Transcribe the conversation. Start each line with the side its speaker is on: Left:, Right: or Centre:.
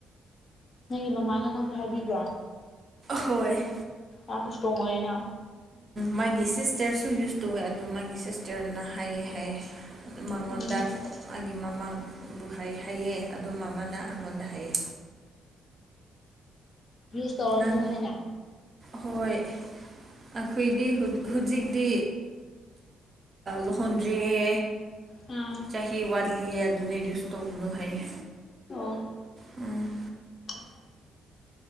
Left: ꯅꯪꯒꯤ ꯃꯃꯥꯅ ꯅꯪꯕꯨ ꯍꯥꯏꯕꯤꯕ꯭ꯔꯣ
Right: ꯍꯣꯏ
Left: ꯑ ꯏꯁꯇ꯭ꯔꯣꯡ ꯑꯣꯏ ꯂꯩꯩꯅ
Right: ꯃꯥꯒꯤ ꯁꯤꯁꯇꯔꯁꯨ ꯌꯨꯁ ꯇꯧꯋꯦ ꯑꯗꯨ ꯃꯥꯒꯤ ꯁꯤꯁꯇꯔꯅ ꯍꯥꯏꯌꯦꯦ ꯍꯥꯏ ꯃꯉꯣꯟꯗꯥꯛ
Left: ꯎꯝ
Right: ꯑꯒꯤ ꯃꯃꯥꯕꯨ ꯍꯥꯏ ꯍꯥꯏꯌꯦ ꯑꯗꯨ ꯃꯃꯥꯅ
Left: ꯎꯝ
Right: ꯑꯩꯉꯣꯟꯗ ꯍꯥꯏꯌꯦ
Left: ꯌꯁ ꯇꯧꯔꯅꯨ
Right: ꯅꯪ
Left: ꯍꯥꯏꯅ
Right: ꯍꯣꯏ ꯑꯩꯈꯣꯏꯗꯤ ꯍꯧꯖꯤꯛꯇꯤ ꯂꯨꯍꯣꯟꯗ꯭ꯔꯤꯌꯦ
Left: ꯑꯥ
Right: ꯆꯍꯤ ꯋꯥꯠꯂꯤꯌꯦ ꯑꯗꯨꯅ ꯌꯁꯣ ꯎꯅ ꯍꯥꯏꯌꯦ
Left: <unintelligible>
Right: ꯎꯝ